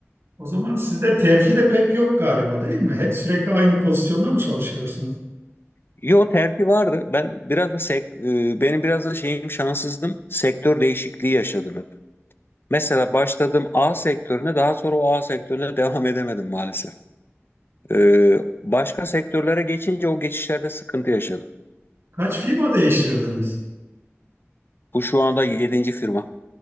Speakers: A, on the right; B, on the left.
A: O zaman sizde terfi de pek yok galiba değil mi? He- Sürekli aynı pozisyonda mı çalışıyorsunuz?
B: Yo terfi vardı. Ben biraz da sek- e, benim biraz da şeyim şanssızdım. Sektör değişikliği yaşadım hep. Mesela başladım A sektörüne, daha sonra o A sektörüne <laughs> devam edemedim maalesef. Ee, başka sektörlere geçince o geçişlerde sıkıntı yaşadım.
A: Kaç firma değiştirdiniz?
B: Bu şu anda yedinci firma.